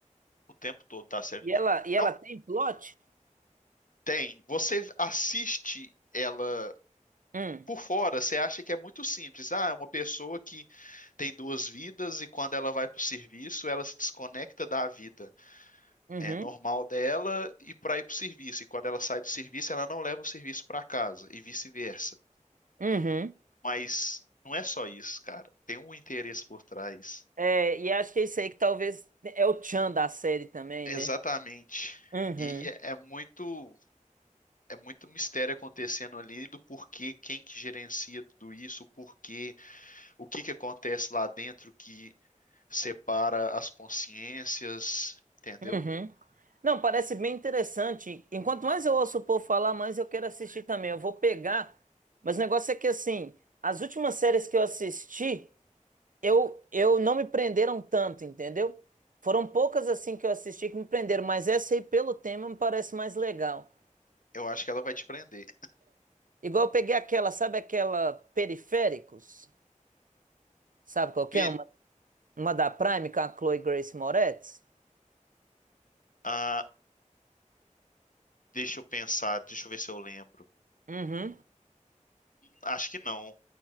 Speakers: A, on the left (about 80°); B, on the right (about 85°).
A: o tempo todo da série.
B: E ela, e ela
A: Não
B: tem plot?
A: tem. Você assiste ela
B: Hum.
A: por fora, você acha que é muito simples. Ah, é uma pessoa que tem duas vidas e quando ela vai para o serviço, ela se desconecta da vida
B: Uhum.
A: é, normal dela e para ir para o serviço. E quando ela sai do serviço, ela não leva o serviço para casa e vice-versa.
B: Uhum.
A: Mas não é só isso, cara. Tem um interesse por trás.
B: É, e acho que é isso aí que talvez é o tchan da série também,
A: Exatamente.
B: né? Uhum.
A: E é é muito, é muito mistério acontecendo ali do porquê, quem que gerencia tudo isso, o porquê, o que que acontece lá dentro que separa as consciências, entendeu?
B: Uhum. Não, parece bem interessante. Enquanto mais eu ouço o povo falar, mais eu quero assistir também. Eu vou pegar, mas o negócio é que assim, as últimas séries que eu assisti, eu, eu não me prenderam tanto, entendeu? Foram poucas assim que eu assisti que me prenderam, mas essa aí pelo tema me parece mais legal.
A: Eu acho que ela vai te prender.
B: Igual eu peguei aquela, sabe aquela Periféricos? Sabe qual que
A: Pe-
B: é? Uma, uma da Prime com a Chloe Grace Moretz?
A: ah, deixa eu pensar, deixa eu ver se eu lembro.
B: Uhum.
A: Acho que não.